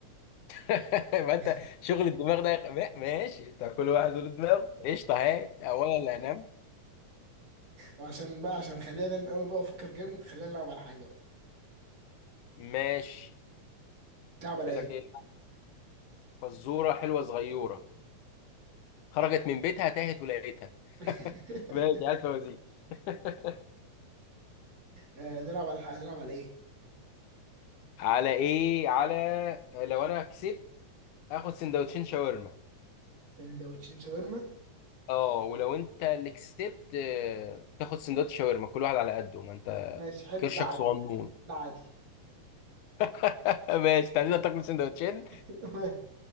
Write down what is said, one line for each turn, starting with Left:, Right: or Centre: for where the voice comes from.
Left: <laughs> ما أنت
Right: <laughs>
Left: شغل الدماغ ده يخ- ما- ماشي أنت كل واحد له دماغ قشطة هاي أولا اللي هنام
Right: وعشان بقى عشان خليني انام قوي بقى افكر جامد خليني العب على حاجه بقى
Left: ماشي
Right: تلعب على
Left: يقول
Right: ايه
Left: لك إيه فزورة حلوة صغيرة خرجت من بيتها تاهت ولقيتها
Right: <laughs>
Left: <laughs> ماشي هات فوازير <laughs>
Right: آه، نلعب على حق نلعب على ايه
Left: على ايه على لو انا كسبت اخد سندوتشين شاورما
Right: سندوتشين شاورما
Left: اه ولو انت اللي كسبت آه، تاخد سندوتش شاورما كل واحد على قده ما انت
Right: ماشي حلو
Left: كرشك
Right: ده عدل
Left: صغنون
Right: ده ده عدل
Left: <laughs> ماشي تعالى تاكل سندوتشين
Right: <laughs>